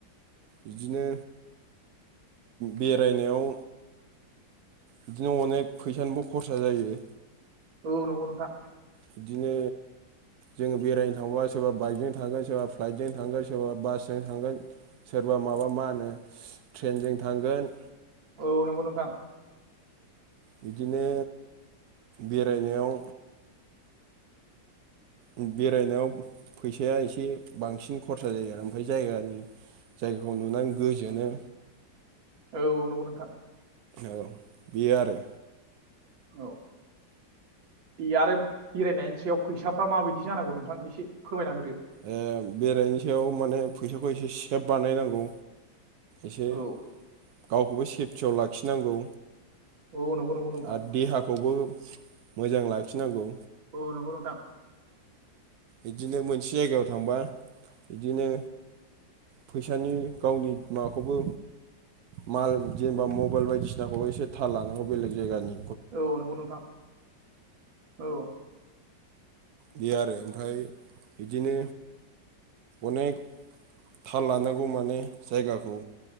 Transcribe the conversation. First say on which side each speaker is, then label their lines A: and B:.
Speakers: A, on the right; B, on the right.
A: बिदिनो बेरायनायाव बिदिनो अनेक फैसानिबो खरसा जायो।
B: औ नोंगौ नोंथां
A: बिदिनो जों बेरायनो थांबा सोरबा बाइकजों थांगोन सोरबा फ्लाइटजों थांगोन सोरबा बासजों थांगोन। सोरबा माबा मा होनो ट्रेनजों थांगोन।
B: औ नंगौ नोंथां
A: बिदिनो बेरायनायाव ओम बेरायनायाव फैसाया एसे बांसिन खरसा जायो आरो ओमफाय जायगानि जायगाखौ नुनानै गोजोनो।
B: औ नंगौ नोंथां।
A: औ बियो आरो।
B: औ बेयो आरोब बेरायनायनि सायाव फैसाफ्रा माबायदि जानांगौ नोंथां एसे फोरमायना होदो।
A: ओ बेरायनि सायाव माने फैसाखौ एसे सेफ बानायनांगौ। एसे
B: औ
A: गावखौबो सेफटियाव लाखिनांगौ।
B: औ नंगौ नंगौ नोंथां
A: आद देहाखौबो मोजां लाखिनांगौ।
B: औ नंगौ नोंथां
A: इदिनो मोनसे जायगायाव थांबा इदिनो फैसानि गावनि माबाखौबो‌ माल जेनेबा मबाइल बायदिसिनाखौ एसे थाल लानांगौ बेलेग जायगानि
B: औ नंगौ नोंथां औ।
A: बे आरो ओमफाय बिदिनो अनेक थाल लानांगौ माने जायगाखौ।